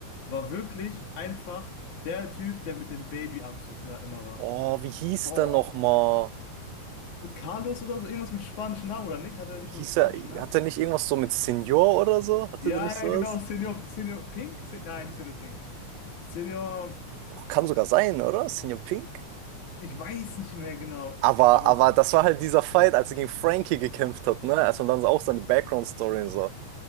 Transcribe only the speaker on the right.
Oh, wie hieß
der nochmal?
Hieß
er,
hat er nicht irgendwas so mit Senior oder so? Hatte
der nicht
sowas?
Och, kann sogar sein, oder? Senior Pink?
Aber,
aber
das war halt dieser Fight, als er gegen Frankie gekämpft hat, ne? Als man dann so auch seine Background-Story
und so.